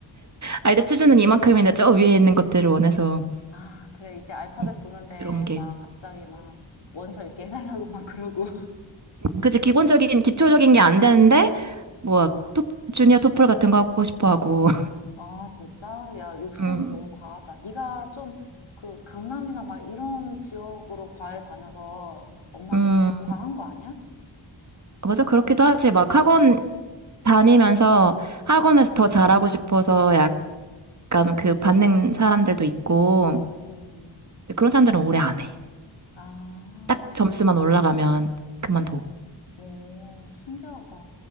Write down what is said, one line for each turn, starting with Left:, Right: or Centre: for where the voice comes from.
Right: 아이들 수준은 이만큼인데 저 위에 있는 것들을 원해서,
Left: 아, 그래. 이제 알파벳
Right: 음,
Left: 보는데
Right: 그런 게.
Left: 막 갑자기 막 원서 읽게 해달라고 막 그러고.
Right: 그치, 기본적인, 기초적인 게 안 되는데, 뭐,
Left: <laughs>
Right: 토, 주니어 토플 같은 거 하고 싶어 하고.
Left: 아, 진짜? 야, 욕심이
Right: <laughs> 음,
Left: 너무 과하다. 네가 좀 그 강남이나 막 이런 지역으로 과외 다녀서 엄마들이
Right: 음,
Left: 좀 과한 거 아니야?
Right: 맞아. 그렇기도 하지. 막 학원 다니면서 학원에서
Left: 응.
Right: 더 잘하고 싶어서 약간 그 받는 사람들도 있고.
Left: 어.
Right: 근데 그런 사람들은 오래 안 해.
Left: 아,
Right: 딱 점수만 올라가면 그만둬.
Left: 오, 신기하다.